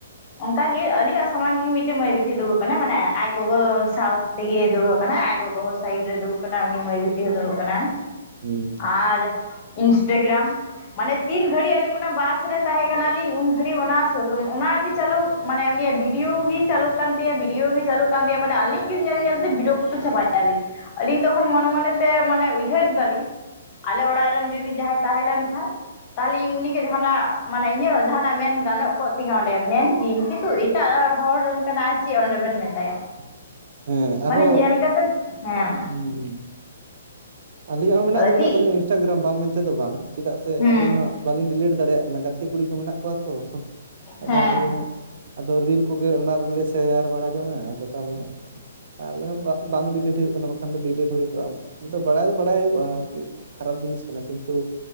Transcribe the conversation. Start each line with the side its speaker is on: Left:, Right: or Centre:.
Left: ᱚᱱᱠᱟ ᱜᱤ ᱟᱹᱞᱤᱧᱼᱟᱜ ᱥᱚᱢᱟᱝ ᱨᱤᱜᱤ ᱢᱤᱫᱴᱮᱡ ᱢᱟᱹᱭ ᱵᱤᱴᱤ ᱫᱩᱲᱩᱵ ᱠᱟᱱᱟ ᱢᱟᱱᱮ ᱟᱡ ᱜᱚᱜᱚ ᱥᱟᱶ ᱛᱮᱜᱤ ᱫᱩᱲᱩᱵ ᱠᱟᱱᱟᱭ, ᱟᱡ ᱜᱚᱜᱚ ᱥᱟᱭᱤᱰ ᱨᱮ ᱫᱩᱲᱩᱵ ᱠᱟᱱᱟ, ᱩᱱᱤ ᱢᱟᱹᱭ ᱵᱤᱴᱤ ᱦᱚᱸ ᱫᱩᱲᱩᱵ ᱠᱟᱱᱟᱭ
Right: ᱦᱩᱸ
Left: ᱟᱨ ᱤᱱᱥᱴᱟᱜᱮᱨᱟᱢ ᱢᱟᱱᱮ ᱛᱤᱱ ᱜᱷᱟᱹᱲᱤ ᱟᱹᱞᱤᱧ ᱚᱱᱟ ᱵᱟᱥ ᱨᱮ ᱛᱟᱸᱦᱮ ᱠᱟᱱᱟᱞᱤᱧ ᱩᱱ ᱜᱷᱟᱹᱲᱤ ᱚᱱᱟ <unintelligible> ᱚᱱᱟᱜᱤ ᱪᱟᱹᱞᱩ ᱢᱟᱱᱮ ᱩᱱᱤᱭᱟᱼᱜ ᱵᱷᱤᱰᱤᱭᱳ ᱜᱮ ᱪᱟᱹᱞᱩᱜ ᱠᱟᱱ ᱛᱟᱭᱟ, ᱵᱷᱤᱰᱭᱳ ᱜᱮ ᱪᱟᱹᱞᱩᱜ ᱠᱟᱱ ᱛᱟᱭᱟ, ᱢᱟᱱᱮ ᱟᱹᱞᱤᱧ ᱜᱮ ᱧᱮᱞ ᱧᱮᱞᱛᱮ ᱵᱤᱨᱚᱠᱛᱚ ᱪᱟᱵᱼᱟᱭ ᱱᱟᱞᱤᱧ ᱟᱞᱤᱧ ᱛᱚᱠᱷᱚᱱ ᱢᱚᱱᱮ ᱢᱚᱱᱮ ᱛᱮ ᱢᱟᱱᱮ ᱩᱭᱦᱟᱹᱨ ᱫᱟᱞᱤᱧ ᱟᱞᱮ ᱚᱲᱟᱜ ᱨᱮᱱ ᱡᱩᱫᱤ ᱡᱟᱦᱟᱸᱭ ᱛᱟᱦᱮᱸ ᱞᱮᱱ ᱠᱷᱟᱱ ᱛᱟᱦᱚᱞᱮ ᱤᱧ ᱩᱱᱤᱜᱮ ᱡᱟᱦᱟᱱᱟᱼᱜ, ᱢᱟᱱᱮ ᱤᱧᱟᱹᱜ ᱡᱟᱦᱟᱱᱟᱜ ᱢᱮᱱ ᱜᱟᱱᱚᱜ ᱠᱚᱜ ᱛᱤᱧᱟᱹ ᱚᱸᱰᱮ, ᱢᱮᱱ ᱠᱤᱧᱟᱹᱧ ᱠᱤᱱᱛᱩ ᱮᱴᱟᱜ ᱦᱚᱲ ᱨᱮᱱ ᱠᱟᱱᱟ ᱟᱨ ᱪᱮᱫ ᱚᱸᱰᱮ ᱵᱮᱮᱱ ᱢᱮᱛᱟᱭᱟ
Right: <inaudible>
Left: ᱢᱟᱱᱮ
Right: ᱟᱨᱚ
Left: ᱧᱮᱞ ᱠᱟᱛᱮᱜ ᱦᱮᱸ
Right: ᱦᱩᱸ - ᱦᱩᱸ ᱟᱹᱞᱤᱧᱟᱼᱜ ᱦᱚᱸ ᱢᱮᱱᱟᱜ
Left: ᱟᱹᱰᱤ
Right: ᱫᱚ ᱢᱮᱱᱟᱜ ᱛᱟᱹᱞᱤᱧᱟ, ᱤᱱᱥᱴᱟᱜᱮᱨᱟᱢ ᱵᱟᱝ ᱢᱮᱱᱛᱮ ᱫᱚ ᱵᱟᱝ, ᱪᱮᱫᱟᱜ ᱥᱮ
Left: ᱦᱮᱸ
Right: ᱟᱹᱞᱤᱧ ᱦᱚᱸ ᱵᱟᱟᱹᱞᱤᱧ ᱰᱤᱞᱤᱴ ᱫᱟᱲᱮᱭᱟᱼᱜ ᱠᱟᱱᱟ, ᱜᱟᱛᱮ ᱠᱩᱲᱤ ᱠᱚ ᱢᱮᱱᱟᱜ ᱠᱚᱣᱟ ᱛᱚ, ᱟᱫᱚ
Left: ᱦᱮᱸ
Right: ᱦᱟᱸᱜ ᱟᱹᱞᱤᱧᱟᱜ ᱟᱫᱚ ᱨᱤᱞ ᱠᱚᱜᱮ ᱚᱱᱟ ᱨᱮᱞᱮ ᱥᱮᱭᱟᱨ ᱵᱟᱲᱟ ᱡᱚᱝᱟ, ᱟᱫᱚ ᱛᱟᱦᱚᱞᱮ ᱦᱟᱸᱜ ᱟᱞᱮ ᱦᱚᱸ ᱵᱟ ᱵᱟᱝ ᱰᱤᱞᱮᱴ ᱦᱩᱭᱩᱜ ᱠᱟᱱᱟ ᱵᱟᱠᱷᱟᱱ ᱫᱚ ᱰᱤᱞᱮᱴ ᱦᱩᱭ ᱠᱚᱜᱼᱟ ᱵᱟᱲᱟᱭ ᱫᱚ ᱵᱟᱲᱟᱭ ᱦᱩᱭᱩᱜᱼᱟ ᱟᱨᱠᱤ ᱠᱷᱟᱨᱟᱯ ᱡᱤᱱᱤᱥ ᱠᱟᱱᱟ ᱠᱤᱱᱛᱩᱼᱼ